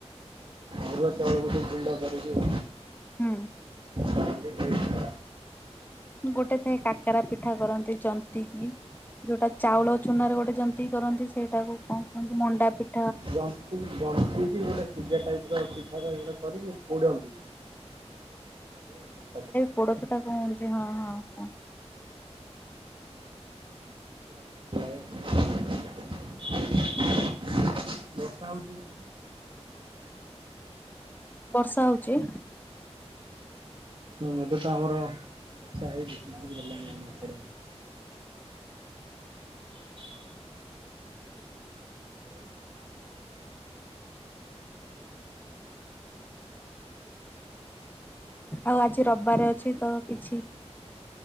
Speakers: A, on the right; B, on the left.
A: ଅରୁଆ ଚାଉଳ ଗୋଟେ ଗୁଣ୍ଡ କରିକି
B: ହୁଁ।
A: ସେଟା ଏମ୍ ତୀ ହୋଇଥିଲା।
B: ଗୋଟେ ଥାଏ କାକେରା ପିଠା କରନ୍ତି ଯନ୍ତିକି। ଯୋଉଟା ଚାଉଳ ଚୁନାରେ ଗୋଟେ ଜନ୍ତିିକି କରନ୍ତି ସେଇଟାକୁ କଣ କୁହନ୍ତି ମଣ୍ଡା ପି
A: ଜନ୍ତିକି ଜନ୍ତିକି ଗୋଟେ ସିଜା ଟାଇପ ର ଅଛି ପିଠା ଟାଇପ୍ ର କରିକି ପୋଡ଼ନ୍ତି। ସେଇଟା ହୁଏ ଜନ୍ତା ପିଠା।
B: ପୋଡ଼ ପିଠା କୁହନ୍ତି ହଁ, ହଁ, ହଁ।
A: ସେଟା ମତେ ଭଲ ଲାଗେ। ବର୍ଷା ହଉଛି କି ତମ ଆଡ଼େ?
B: ବର୍ଷା ହୋଉଚି?
A: ହୁଁ ଏବେ ତ ଆମର ବର୍ଷା ହେଇ ଝିପି ଝିପି ହେଲାଣି ଆମ ଏପଟେ। ହ ସେପଟେ ହୋଉଛି?
B: ଆଉ ଆଜି ରବିବାରେ ଅଛି ତ କିଛି